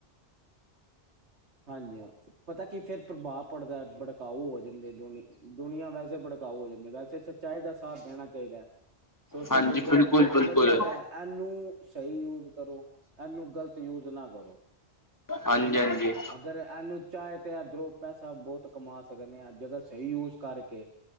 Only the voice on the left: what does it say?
ਹਾਂਜੀ
ਬਿਲਕੁਲ
ਬਿਲਕੁਲ
ਹਾਂਜੀ-ਹਾਂਜੀ।